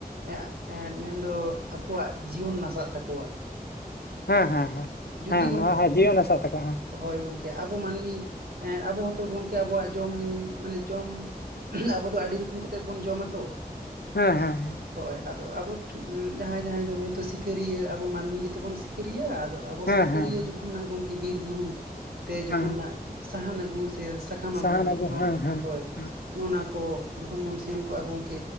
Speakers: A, on the right; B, on the left.
A: ᱮ ᱢᱮᱱ ᱫᱚ ᱟᱠᱚᱣᱟᱜ ᱡᱤᱭᱚᱱ ᱱᱟᱥᱟᱜ ᱛᱟᱠᱚᱣᱟ
B: ᱦᱮᱸ ᱦᱮᱸ ᱦᱮᱸ
A: ᱡᱩᱫᱤ
B: ᱦᱮᱸ
A: ᱜᱚᱝ
B: ᱱᱚᱣᱟ ᱦᱚᱸ ᱡᱤᱭᱚᱱ ᱦᱟᱥᱟ ᱛᱟᱠᱚ ᱦᱮᱸ
A: ᱦᱳᱭ ᱜᱚᱝᱠᱮ ᱟᱵᱚ ᱢᱟᱹᱱᱢᱤ ᱮᱸ ᱟᱵᱚ ᱦᱚᱸᱛᱚ ᱜᱚᱢᱠᱮ ᱟᱵᱚᱣᱟᱜ ᱡᱚᱢ ᱢᱟᱱᱮ ᱡᱚᱢ ᱟᱵᱚ ᱫᱚ ᱟᱹᱰᱤ ᱨᱚᱠᱚᱢ ᱠᱟᱛᱮᱫ ᱵᱚᱱ ᱡᱚᱢᱟ ᱛᱚ
B: ᱦᱮᱸ ᱦᱮᱸ
A: ᱦᱚᱸᱜᱼᱚᱭ ᱟᱫᱚ ᱟᱵᱚ ᱡᱟᱦᱟᱸᱭ ᱡᱟᱦᱟᱸᱭ ᱫᱚ ᱦᱳᱭᱛᱚ ᱥᱤᱠᱟᱹᱨᱤᱭᱟᱹ ᱟᱵᱚ ᱢᱟᱹᱱᱢᱤ ᱜᱮ ᱛᱚ ᱵᱚᱱ ᱥᱤᱠᱟᱹᱨᱤᱭᱟᱹᱜᱼᱟ ᱟᱫᱚ ᱟᱵᱚ
B: ᱦᱮᱸ
A: ᱥᱤᱠᱟᱹᱨᱤᱭᱟᱹ
B: ᱦᱮᱸ
A: ᱡᱚᱠᱷᱚᱱ ᱱᱟᱦᱜ ᱜᱚᱢᱠᱮ ᱵᱤᱨ ᱵᱩᱨᱩ ᱛᱮ ᱡᱚᱠᱷᱚᱱ
B: ᱦᱮᱸ
A: ᱱᱟᱦᱜ ᱥᱟᱦᱟᱱ ᱟᱹᱜᱩ ᱥᱮ ᱥᱟᱠᱟᱢ
B: ᱥᱟᱦᱟᱱ
A: ᱟᱹᱜᱩ ᱱᱚᱜ-ᱚ
B: ᱦᱮᱸ
A: ᱱᱚᱜ
B: ᱦᱮᱸ
A: ᱦᱳᱭ
B: ᱦᱮᱸ
A: ᱱᱚᱜᱼᱚ ᱱᱟ ᱠᱚ ᱡᱚᱠᱷᱚᱱ ᱵᱚᱱ ᱥᱮᱱ ᱠᱚᱜ ᱟ ᱜᱟᱝᱠᱮ